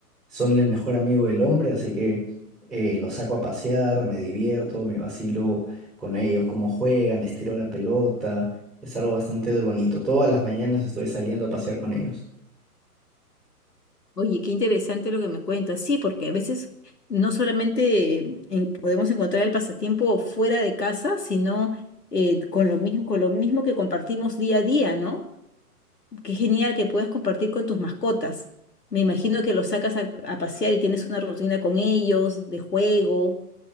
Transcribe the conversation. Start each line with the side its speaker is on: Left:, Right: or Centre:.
Centre: son el mejor amigo del hombre, así que eh, los saco a pasear, me divierto, me vacilo con ellos, cómo juegan, les tiro la pelota. Es algo bastante bonito. Todas las mañanas estoy saliendo a pasear con ellos.
Left: Oye, qué interesante lo que me cuentas. Sí, porque a veces no solamente eh, en- podemos encontrar el pasatiempo fuera de casa, sino eh, con lo mismo, con lo mismo que compartimos día a día, ¿no? Qué genial que puedas compartir con tus mascotas. Me imagino que los sacas a, a pasear y tienes una rutina con ellos, de juego.